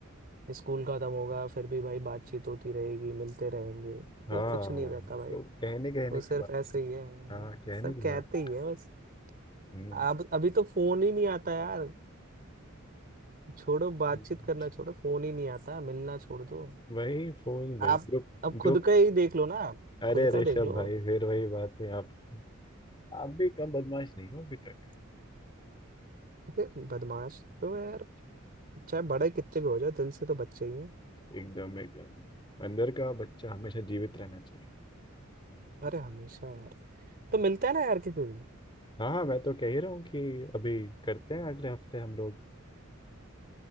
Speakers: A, on the right; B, on the left.
A: स्कूल खत्म होगा फिर भी भाई बातचीत होती रहेगी मिलते रहेंगे
B: हाँ
A: वो कुछ नहीं रहता भाई
B: तो कहने कहने
A: वो सिर्फ
B: की बात
A: ऐसे
B: थी।
A: ही है हाँ,
B: हाँ कहने
A: सब
B: की
A: कहते
B: बात
A: ही है बस
B: हम्म
A: अब अभी तो फोन ही नहीं आता यार छोड़ो बातचीत
B: हम्म।
A: करना छोड़ो फोन ही नहीं आता मिलना छोड़ दो
B: वही फोन वही
A: आप
B: ग्रुप
A: अब
B: ग्रुप
A: खुद का ही देख लो ना आप
B: अरे
A: खुद
B: ऋषभ
A: का देख लो
B: भाई फिर वही बात है आपकी आप भी कम बदमाश नहीं हो अभी तक
A: अरे बदमाश तो यार चाहे बड़े कितने भी हो जाओ दिल से तो बच्चे ही हैं
B: एकदम एकदम अंदर का बच्चा हमेशा जीवित रहना चाहिए
A: अरे हमेशा यार तो मिलता है ना यार किसी दिन
B: हाँ हाँ मैं तो कह ही रहा हूँ कि अभी करते हैं अगले हफ्ते हम लोग